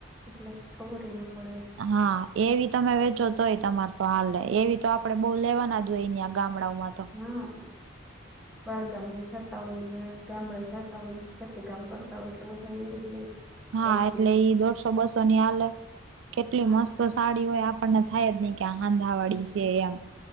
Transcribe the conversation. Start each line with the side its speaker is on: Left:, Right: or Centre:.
Centre: એટલે ખબર ન પડે
Right: હા એવી તમે વેચો તોય તમાર તો હાલે એવી તો આ આપડે બહુ લેવાના જોઈએયા ગામડાઓમાં તો.
Centre: હમ્મ. બાર ગામને જતા હોય ને, ગામડે જતા હોય ને, ખેતી કામ કરતા હોય એટલે બધા એવી જ લે.
Right: હા
Centre: સસ્તી
Right: એટલે ઈ દોઢસો બસો ની હાલે, કેટલી
Centre: હા
Right: મસ્ત તો સાડી હોય આપણને થાય જ નહી કે આ હાંધાવાળી છે એમ.